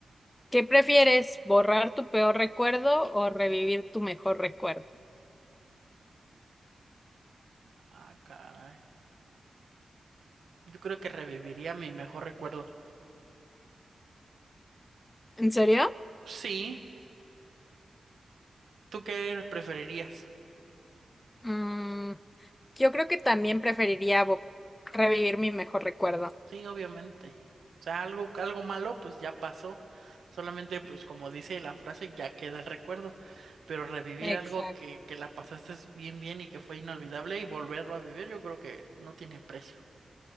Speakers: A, on the left (about 20°); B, on the right (about 80°).
A: ¿qué prefieres? ¿Borrar tu peor recuerdo o revivir tu mejor recuerdo?
B: Ah, caray. Yo creo que reviviría mi mejor recuerdo.
A: ¿En serio?
B: Sí, ¿tú qué preferirías?
A: Mm, yo creo que también preferiría bo- revivir mi mejor recuerdo.
B: Sí, obviamente. O sea, algo, algo malo, pues ya pasó. Solamente, pues como dice la frase, ya queda el recuerdo. Pero revivir
A: Exacto.
B: algo que, que la pasaste bien, bien y que fue inolvidable y volverlo a vivir, yo creo que no tiene precio.